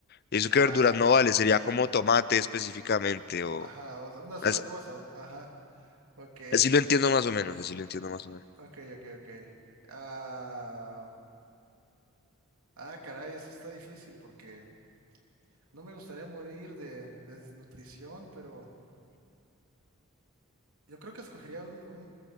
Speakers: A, on the left (about 45°); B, on the right (about 80°).
A: Y eso
B: Ah,
A: que verduras no vale, sería como tomate específicamente o...
B: ajá, o sea, una sola
A: as-
B: cosa, ajá, ok.
A: Así, lo entiendo más o menos, así lo entiendo más o menos.
B: Ok, ok, ok. Ah, ah, caray, eso está difícil porque no me gustaría morir de, de desnutrición, pero yo creo que escogería un, un-